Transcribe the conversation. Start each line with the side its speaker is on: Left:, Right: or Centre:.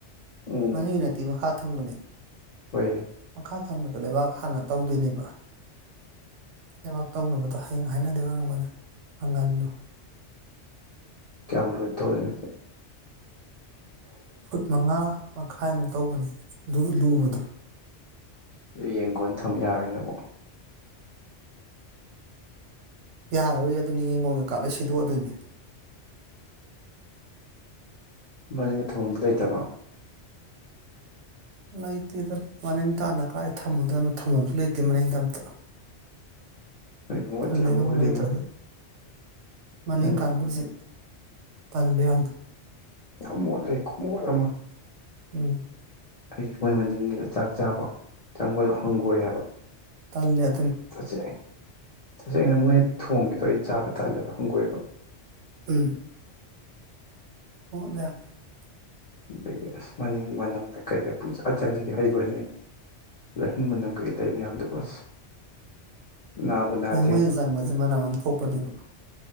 Left: ꯎꯝ
Right: ꯃꯅꯤꯡꯒꯤ ꯅꯠꯇꯦ ꯃꯈꯥ <unintelligible>
Left: ꯍꯣꯏ
Right: ꯃꯈꯥ ꯊꯪꯕꯗꯣ ꯂꯩꯕꯥꯛ ꯍꯥꯟꯅ ꯇꯧꯗꯣꯏꯅꯦꯕ ꯂꯩꯕꯥꯛ ꯇꯧꯅꯕꯗꯣ ꯍꯌꯦꯡ ꯍꯥꯏꯅꯗꯣꯏ ꯑꯣꯏꯔꯝꯒꯅꯤ <unintelligible>
Left: ꯀꯌꯥꯝ ꯂꯨꯅ ꯇꯧꯋꯤꯅꯣ ꯑꯗꯨꯗꯤ
Right: ꯐꯨꯠ ꯃꯉꯥ ꯃꯈꯥꯏ ꯃꯨꯛ ꯇꯧꯒꯅꯤ ꯗꯨ ꯂꯨꯕꯗꯣ
Left: ꯗꯨꯏ ꯌꯦꯟꯒꯣꯟꯗꯤ ꯊꯝ ꯌꯥꯔꯦꯏꯅꯦꯀꯣ
Right: ꯌꯥꯔꯔꯣꯏ ꯑꯗꯨꯅꯦ ꯌꯦꯡꯒꯣꯟ ꯀꯩꯀꯥ ꯂꯣꯏ ꯁꯤꯗꯣꯛꯑꯗꯣꯏꯅꯦ
Left: ꯃꯅꯤꯡꯗ ꯊꯝꯕꯝꯗꯤ ꯂꯩꯇ꯭ꯔꯕꯣ
Right: ꯂꯩꯇꯦꯗ ꯃꯅꯤꯡ ꯇꯥꯟꯅ ꯀꯥꯏ ꯊꯝꯃꯨꯗꯣꯏꯅꯣ ꯊꯝꯕꯝꯁꯨ ꯂꯩꯇꯦꯃꯅꯤꯡꯗ ꯑꯝꯇ
Left: ꯅꯣꯏꯗꯤ ꯃꯣꯠꯇꯤ
Right: ꯊꯨꯟ
Left: ꯌꯥꯝ
Right: ꯂꯩꯕꯝꯐꯧ
Left: ꯃꯣꯠꯂꯤꯉꯣ
Right: ꯂꯩꯇꯦ ꯃꯅꯤꯡ
Left: ꯑꯩ
Right: ꯀꯥꯡꯕꯨꯖꯦ ꯇꯟꯂꯦ ꯌꯥꯝꯅ
Left: ꯌꯥꯝ ꯃꯣꯠꯂꯦ ꯈꯨꯃꯣꯠ ꯑꯃ
Right: ꯑꯨꯝ
Left: ꯑꯩꯗꯤ ꯃꯣꯏ ꯃꯅꯤꯡꯒꯤꯗꯣ ꯆꯥꯛ ꯆꯕ ꯆꯪꯕꯗꯣ ꯍꯪꯒꯣꯏ ꯍꯥꯏꯕ
Right: ꯇꯟꯂꯦ
Left: <unintelligible> <unintelligible> <inaudible>
Right: ꯎꯝ <unintelligible>
Left: <unintelligible> <inaudible> ꯅꯥꯗꯦ
Right: <unintelligible> ꯃꯅꯝ ꯑꯃ ꯊꯣꯛꯄꯅꯦꯕ